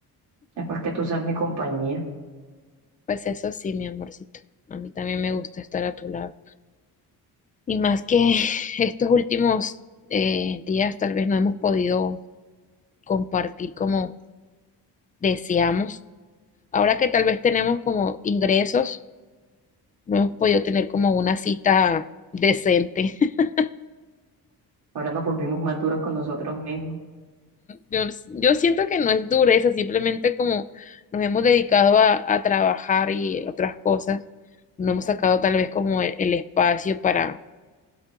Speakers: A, on the right (about 75°); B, on the left (about 20°).
A: Después que tú seas mi compañía,
B: Pues eso sí, mi amorcito. A mí también me gusta estar a tu lado. Y más que <laughs> estos últimos eh, días tal vez no hemos podido compartir como deseamos. Ahora que tal vez tenemos como ingresos, no hemos podido tener como una cita decente. <laughs>
A: ahora nos volvimos más duras con nosotros mismos.
B: Yo, yo siento que no es dureza, simplemente como nos hemos dedicado a, a trabajar y otras cosas, no hemos sacado tal vez como el, el espacio para,